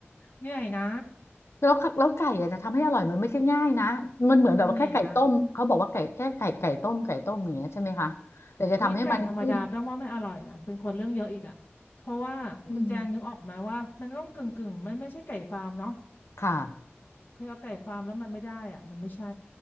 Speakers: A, on the left; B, on the left.
A: เหนื่อยนะ
B: แล้วค่ะแล้วไก่อะจะทำให้อร่อยมันไม่ใช่ง่ายนะมันเหมือนแบบว่าแค่ไก่ต้มเขาบอกว่าไก่แค่ไก่ไก่ต้มไก่ต้มอย่างเงี้ยใช่ไหมคะแต่จะทำให้มันนุ่ม
A: มันเหนื่อยนะอุ้ยไก่ธรรมดาแป้งว่าไม่อร่อยนะเป็นคนเรื่องเยอะอีกอ่ะเพราะว่าคุณแจงนึกออกไหมว่ามันต้องกึ่งกึ่งมันไม่ใช่ไก่ฟาร์มเนาะ
B: อืมค่ะ
A: เคยเอาไก่ฟาร์มแล้วมันไม่ได้อ่ะมันไม่ใช่